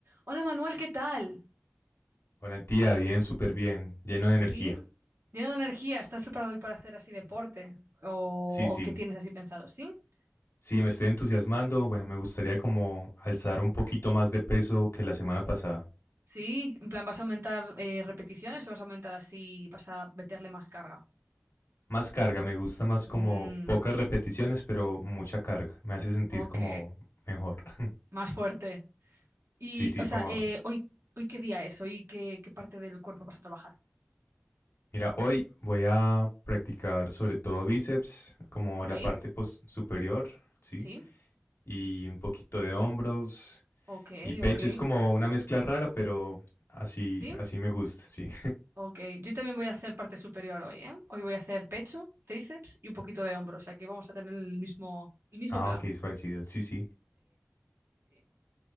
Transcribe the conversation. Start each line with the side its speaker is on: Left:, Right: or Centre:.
Right: Hola Manuel, ¿qué tal?
Left: Valentía, bien, súper bien, lleno de energía.
Right: ¿Sí? Lleno de energía, ¿estás preparado hoy para hacer así deporte? ¿O,
Left: Sí, sí.
Right: o qué tienes así pensado? ¿Sí?
Left: Sí, me estoy entusiasmando. Bueno, me gustaría como alzar un poquito más de peso que la semana pasada.
Right: Sí, en plan, ¿vas a aumentar eh, repeticiones o vas a aumentar así, vas a meterle más carga?
Left: Más carga, me gusta más
Right: Mm,
Left: como pocas repeticiones, pero mucha carga. Me hace sentir
Right: ok,
Left: como mejor. <laughs>
Right: más fuerte. Y,
Left: Sí, sí,
Right: o sea,
Left: como,
Right: eh, ¿hoy, hoy qué día es? ¿Hoy qué, qué parte del cuerpo vas a trabajar?
Left: mira, hoy voy a practicar sobre todo bíceps, como
Right: Ok,
Left: la parte post superior, ¿sí?
Right: sí,
Left: Y un poquito de hombros
Right: ok,
Left: y pecho.
Right: ok,
Left: Es como una mezcla rara, pero así,
Right: sí.
Left: así me gusta, sí.
Right: Ok, yo también voy a hacer parte superior hoy, ¿eh? Hoy voy a hacer pecho, tríceps y un poquito de hombro, o sea que vamos a tener el mismo, el mismo
Left: Ah,
Right: plan.
Left: ok, es parecido. Sí, sí.
Right: Sí, sí, sí. sí.